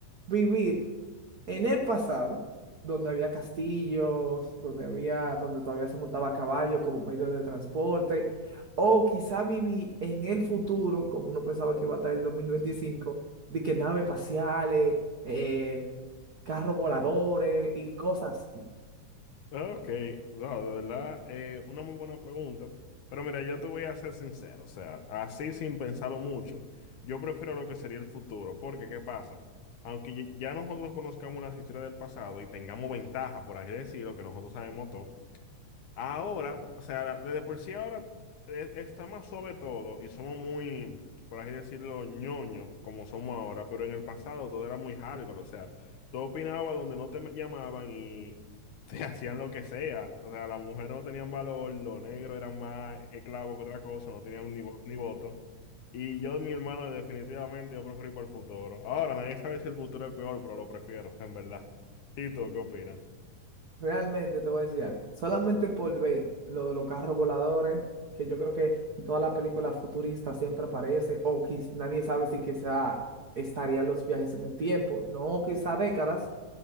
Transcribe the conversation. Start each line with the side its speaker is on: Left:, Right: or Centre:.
Right: ¿Vivir en el pasado, donde había castillos, donde había, donde todavía se montaba a caballo como medio de transporte, o quizá viví en el futuro, como uno pensaba que iba a estar el 2025, de que naves espaciales, eh, carros voladores y cosas. así.
Left: Ok, no, de verdad, eh, una muy buena pregunta. Pero mira, yo te voy a ser sincero, o sea, así sin pensarlo mucho, yo prefiero lo que sería el futuro, porque ¿qué pasa? Aunque ya ya nosotros conozcamos las historias del pasado y tengamos ventaja, por así decirlo, que nosotros sabemos todo, Ahora, o sea, desde por sí ahora eh, está más suave todo y somos muy, por así decirlo, ñoño, como somos ahora, pero en el pasado todo era muy hardcore, o sea, todo opinaba donde no te llamaban y te <laughs> hacían lo que sea, o sea, las mujeres no tenían valor, los negros eran más esclavos que otra cosa, no tenían ni, vo- ni voto. Y yo, mi hermano, definitivamente yo preferí para el futuro. Ahora, nadie sabe si el futuro es peor, pero lo prefiero, <laughs> en verdad. ¿Y tú qué opinas?
Right: Realmente te voy a decir algo. Solamente por ver lo de los carros voladores, que yo creo que en todas las películas futuristas siempre aparece, o quiz- nadie sabe si quizá estarían los viajes en el tiempo, no quizá décadas,